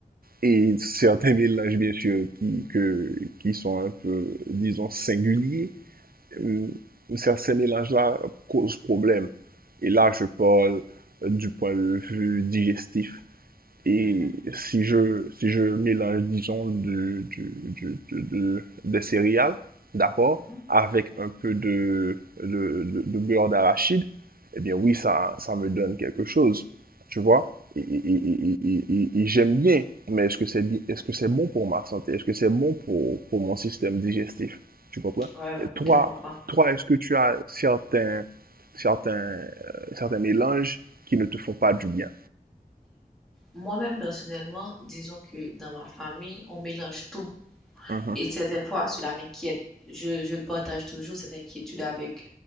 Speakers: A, on the right; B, in the centre.
A: et certains mélanges,
B: Mmh
A: bien sûr, qui, que, qui sont un peu, disons, singuliers, euh, ça- ces mélanges-là causent problème. Et là, je parle du point de vue digestif Et
B: mh.
A: si je, si je mélange, disons, de, du- du- de- de- des céréales, d'accord,
B: Mmh mh.
A: avec un peu de, de, de- de beurre d'arachide, eh bien oui, ça, ça me donne quelque chose, tu vois. Et, et-
B: Mmh
A: et- et- et- et et j'aime bien, mais est-ce que c'est bi- est-ce que c'est bon pour ma santé? Est-ce que c'est bon pour, pour mon système digestif? Tu comprends?
B: Ouais, ouais,
A: Et toi,
B: je comprends.
A: toi, est-ce que tu as certains, certains, euh, certains mélanges qui ne te font pas du bien?
B: Moi-même, personnellement, disons que dans ma famille, on mélange tout.
A: Mhm.
B: Et certaines fois, cela m'inquiète. Je, je partage toujours cette inquiétude avec,